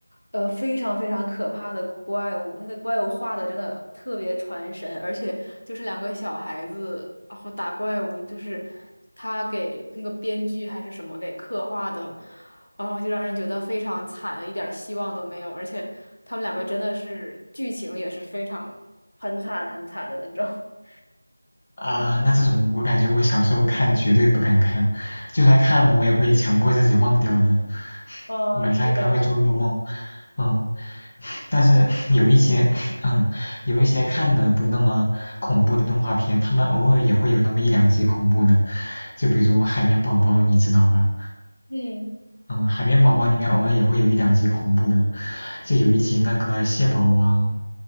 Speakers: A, on the left; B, on the left.
A: 呃非常非常可怕的怪物。他的怪物画的真的特别传神，而且就是两个小孩子，然后打怪物，就是他给那个编剧还是什么给刻画的，啊、就让人觉得非常惨，一点儿希望都没有，而且。他们两个真的是剧情也是非常很惨很惨的那种。<laughs>
B: 啊，那这种我感觉我小时候看绝对不敢看，就算看了我也会强迫自己忘掉的，
A: 嗯，
B: 晚上应该会做噩梦。
A: 是的，
B: 嗯，但是有一些，<sucks teeth> 嗯，有一些看的不那么恐怖的动画片，他们偶尔也会有那么一两集恐怖的，就比如《海绵宝宝》，你知道吧？
A: 嗯，
B: 嗯，《海绵宝宝》里面偶尔也会有一两集恐怖的，就有一集那个蟹堡王，